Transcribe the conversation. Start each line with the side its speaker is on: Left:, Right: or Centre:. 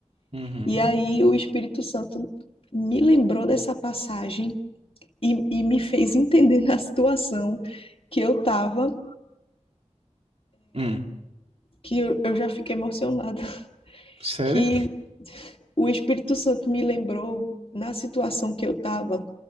Right: Uhum.
Left: E aí o Espírito Santo me lembrou dessa passagem e, e me fez entender na situação que eu estava,
Right: Hum.
Left: que eu, eu já fiquei emocionada, <laughs>
Right: Sério?
Left: que o Espírito Santo me lembrou na situação que eu estava,